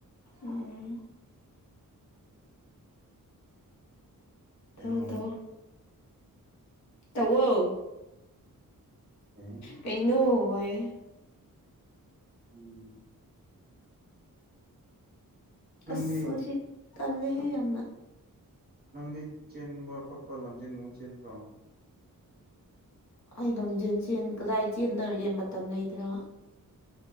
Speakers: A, on the left (about 55°); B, on the right (about 30°).
A: ꯎꯝ
B: ꯀꯩꯅꯣ
A: ꯊꯕꯛ ꯇꯧ ꯇꯧꯋ‌ꯣ
B: ꯎꯝ <unintelligible>
A: ꯀꯩꯅꯣ ꯋꯥꯌꯦ
B: ꯎꯝ ꯅꯪꯗꯤ
A: ꯑ꯭ꯁ ꯃꯁꯤ ꯇꯜꯂꯦꯍꯦ ꯌꯥꯝꯅ
B: ꯅꯪꯗꯤ ꯆꯦꯟꯕ ꯈꯣꯠꯄ ꯂꯝꯖꯦꯟꯒꯨꯝꯕ ꯆꯦꯟꯕ꯭ꯔꯣ
A: ꯑꯩ ꯂꯝꯖꯦꯟ ꯆꯦꯟ ꯀꯗꯥꯏ ꯆꯦꯟꯗꯧꯔꯤꯒꯦ ꯃꯇꯝ ꯂꯩꯇ꯭ꯔꯥ